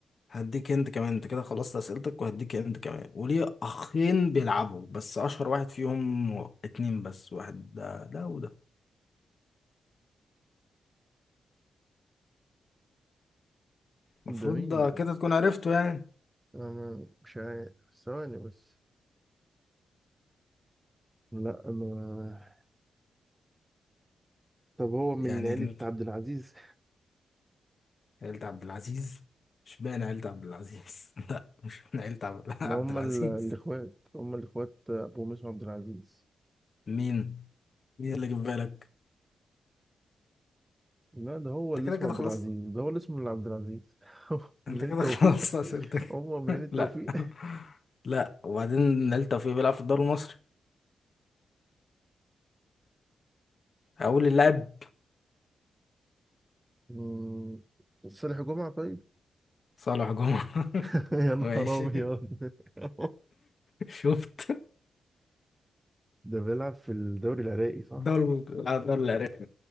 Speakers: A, on the left (about 55°); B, on the right (about 15°).
A: هديك انت كمان انت كده خلصت اسئلتك وهديك انت كمان وليه اخين بيلعبوا بس اشهر واحد فيهم اتنين بس واحد ده ده وده المفروض
B: ده مين
A: ده
B: ده؟
A: كده تكون عرفته يعني
B: أنا ما- مش عارف ثواني بس لا أنا طب هو من
A: يعني
B: عيلة
A: انت
B: عبد العزيز
A: عيلة عبد العزيز مش باين عيلة عبد العزيز <laughs> لا مش من عيلة عبد
B: ما
A: <laughs> عبد
B: هم
A: العزيز
B: ال- الإخوات هم الإخوات أبو مسلم عبد العزيز
A: مين مين اللي جه في بالك
B: لا ده هو اللي
A: انت كده
B: اسمه
A: كده
B: عبد
A: خلصت
B: العزيز ده هو اللي اسمه اللي عبد العزيز <laughs> من
A: انت
B: عيلة
A: كده
B: توفيق
A: <laughs> خلصت اسئلتك
B: هو من
A: <laughs>
B: عيلة
A: لا
B: توفيق
A: لا وبعدين عيلة توفيق بيلعب في الدوري المصري هقول اللاعب
B: مم، صالح جمعة طيب
A: صالح جمعة <laughs>
B: <laughs> يا نهار
A: ماشي
B: أبيض <laughs>
A: شفت
B: ده بيلعب في الدوري العراقي صح؟
A: دول آه، دول اللي عرفته